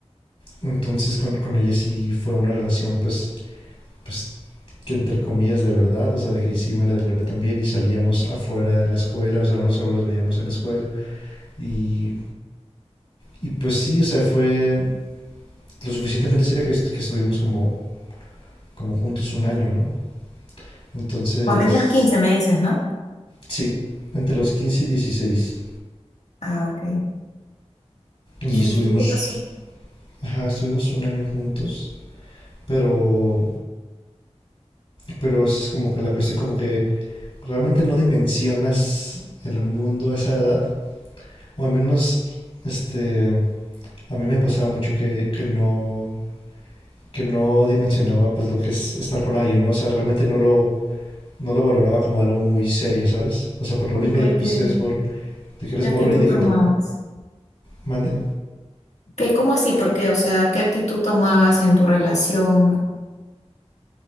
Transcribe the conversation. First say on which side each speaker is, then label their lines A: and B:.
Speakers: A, on the left (about 60°); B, on the left (about 75°).
A: entonces con, con ella sí fue una relación pues, pues que entre comillas de verdad, o sea, de que sí me la declaré también y salíamos afuera de la escuela, o sea, no solo los veíamos en la escuela. Y, y pues sí, o sea, fue lo suficientemente seria que, est- que estuvimos como, como juntos un año, ¿no? Entonces,
B: Cuando tenías 15 me dices, ¿no?
A: sí, entre los 15 y dieciséis
B: Ah, ok.
A: Y
B: ¿Y,
A: estuvimos,
B: y qué pasó?
A: ajá, estuvimos un año juntos, pero, pero esa es como que la cuestión, como que realmente no dimensionas el mundo a esa edad, o al menos, este, a mí me pasaba mucho que, que no que no dimensionaba pues lo que es estar con alguien, ¿no? O sea, realmente no lo no lo valoraba como algo muy serio, ¿sabes? O sea, por lo
B: ¿Por
A: mismo
B: qué?
A: de que pues
B: ¿Qué,
A: eres morro, de que eres
B: qué actitud
A: morro y de
B: tomabas?
A: que te mande,
B: ¿Qué, cómo así? ¿Por qué? O sea, ¿qué actitud tomabas en tu relación?